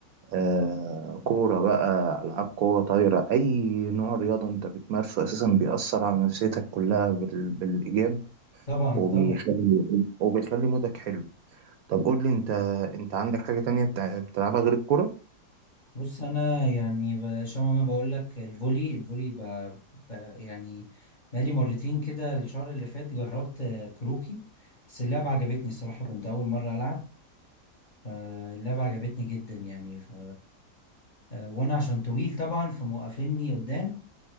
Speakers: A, on the right; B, on the left.
A: آه كورة بقى ألعاب قوة طايرة أي نوع رياضة أنت بتمارسه أساسا بيأثر على نفسيتك كلها بال... بالإيجاب
B: طبعا
A: وبيخلي
B: طبعا
A: وبيخلي مودك حلو طب قول لي أنت أنت عندك حاجة تانية بتع- بتلعبها غير الكورة؟
B: بص انا يعني ب- شبه ما بقول لك الفولي الفولي ب... ب... يعني بقالي مرتين كده الشهر اللي فات جربت آه، كروكي بس اللعبة عجبتني الصراحة كنت أول مرة ألعب فاللعبة عجبتني جدا يعني ف... آه، وأنا عشان طويل طبعا فموقفيني قدام